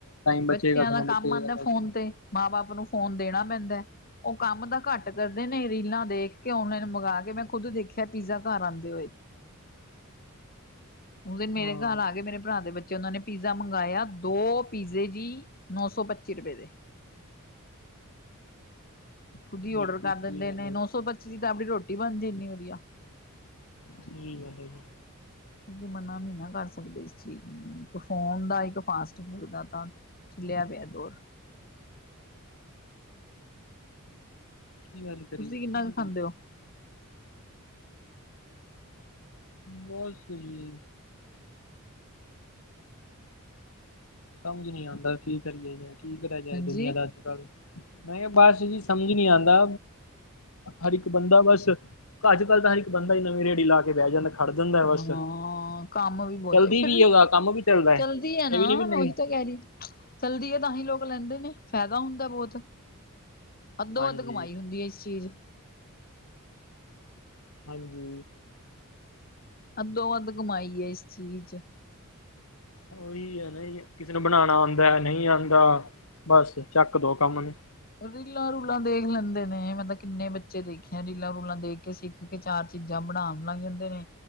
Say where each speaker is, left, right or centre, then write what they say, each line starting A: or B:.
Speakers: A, on the left; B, on the left.
A: ਬਚੇਗਾ
B: ਬੱਚਿਆਂ
A: ਸਮਾਂ
B: ਦਾ
A: ਬਚੇਗਾ
B: ਕੰਮ ਆਂਦਾ
A: ਬਸ
B: ਫੋਨ ਤੇ, ਮਾਂ-ਬਾਪ ਨੂੰ ਫੋਨ ਦੇਣਾ ਪੈਂਦਾ। ਉਹ ਕੰਮ ਤਾਂ ਘੱਟ ਕਰਦੇ ਨੇ, ਰੀਲਾਂ ਦੇਖਕੇ, ਔਨਲਾਈਨ ਮੰਗਾਕੇ ਮੈਂ ਖ਼ੁਦ ਦੇਖਿਆ ਪੀਜ਼ਾ ਘਰ ਆਂਦੇ ਹੋਏ।
A: <inaudible>
B: ਉਸ ਦਿਨ ਮੇਰੇ
A: ਹਾਂ
B: ਘਰ ਆਗੇ, ਮੇਰੇ ਭਰਾ ਦੇ ਬੱਚੇ ਉਹਨਾਂ ਨੇ ਪੀਜ਼ਾ ਮੰਗਾਇਆ ਦੋ ਪੀਜ਼ੇ ਜੀ, ਨੌ ਸੌ ਪੱਚੀ ਰੁਪਏ ਦੇ। ਖ਼ੁਦ ਈ
A: ਬਿਲਕੁਲ
B: ਔਡਰ ਕਰ
A: ਸਹੀ
B: ਦਿੰਦੇ
A: ਗੱਲ
B: ਨੇ,
A: ਹੈ
B: ਨੌ ਸੌ ਪੱਚੀ ਦੀ ਤਾਂ ਆਪਣੀ ਰੋਟੀ ਬਣਜੇ ਇੰਨੀ ਵਧੀਆ।
A: ਠੀਕ ਆ ਫਿਰ।
B: ਤੁਸੀਂ ਮਨਾ ਨੀ ਨਾ ਕਰ ਸਕਦੇ ਇਸ ਚੀਜ਼ ਨੂੰ, ਇੱਕ ਫੋਨ ਦਾ ਇੱਕ ਫਾਸਟ-ਫੂਡ ਦਾ ਤਾਂ ਹਿੱਲਿਆ ਪਿਆ ਦੋਰ।
A: ਕੀ ਗੱਲ ਕਰੀ?
B: ਤੁਸੀਂ ਕਿੰਨਾ
A: <unintelligible>
B: ਕੁ ਖਾਂਦੇ ਹੋ
A: ਬੌਸ ਨੇ। ਸਮਝ ਨੀ ਆਂਦਾ ਕੀ ਕਰੀਏ ਜੇ, ਕੀ ਕਰਿਆ ਜਾਏ
B: ਹਾਂਜੀ
A: ਦੁਨੀਆਂ ਦਾ ਅੱਜ-ਕੱਲ। ਮੈਂ ਕਿਹਾ ਬਸ ਜੀ, ਸਮਝ ਨੀ ਆਂਦਾ। ਹਰ ਇੱਕ ਬੰਦਾ ਬਸ, ਅੱਜ-ਕੱਲ ਤਾਂ ਹਰ ਇੱਕ ਬੰਦਾ ਨਵੀ ਰੇੜੀ ਲਾਕੇ ਬਹਿ ਜਾਂਦਾ। ਖੜ ਜਾਂਦਾ ਬਸ
B: ਹਾਂ, ਕੰਮ ਵੀ ਬਹੁਤ
A: ਚਲਦੀ
B: ਜਦਾ, ਫਿਰ ਵੀ
A: ਉਹਦਾ ਕੰਮ ਵੀ ਚੱਲਦਾ ਹੈ
B: ਚਲਦੀ ਆ ਨਾ
A: ਇਹ ਵੀ ਨੀ ਵੀ ਨਹੀਂ
B: ਓ ਤਾ ਕਹਿ ਰਹੀ, ਚੱਲਦੀ ਏ ਤਾਹੀਂ ਲੋਕ ਲੈਂਦੇ ਨੇ, ਫਾਇਦਾ ਹੁੰਦਾ ਬਹੁਤ। ਅੱਧੋ-ਅੱਧ
A: ਹਾਂਜੀ
B: ਕਮਾਈ ਹੁੰਦੀ ਏ, ਇਸ ਚੀਜ਼
A: ਹਾਂਜੀ।
B: ਅੱਧੋ-ਅੱਧ ਕਮਾਈ ਏ, ਇਸ ਚੀਜ਼ 'ਚ।
A: ਉਹੀ ਏ ਨਾ ਜੇ ਕਿਸੇ ਨੂੰ ਬਣਾਨਾ ਆਂਦਾ, ਨਹੀਂ ਆਂਦਾ ਬਸ ਚੱਕਦੋ ਕੰਮ ਨੂੰ।
B: ਰੀਲਾਂ-ਰੂਲਾਂ ਦੇਖ ਲੈਂਦੇ ਨੇ, ਮੈਂ ਤਾਂ ਕਿੰਨੇ ਬੱਚੇ ਦੇਖੇ ਆ ਰੀਲਾਂ-ਰੂਲਾਂ ਦੇਖ ਕੇ ਸਿਖ ਕਿ ਚਾਰ ਚੀਜ਼ਾਂ ਬਣਾਨ ਲਗ ਜਾਂਦੇ ਨੇ।